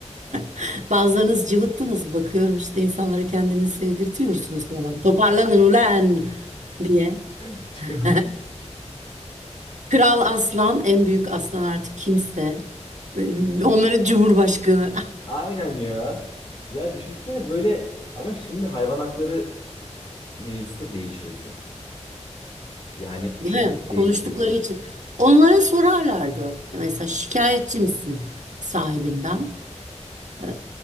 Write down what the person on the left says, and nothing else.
<laughs> Çok
Aynen ya. Ya düşünsene böyle ama şimdi hayvan hakları mevzusu da değişirdi. Yani
şöyle
değişirdi.